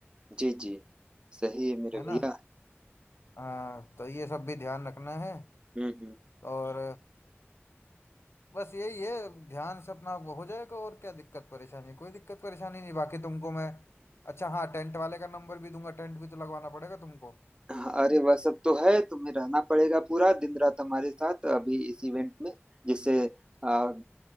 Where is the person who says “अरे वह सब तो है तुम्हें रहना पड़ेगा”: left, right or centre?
Right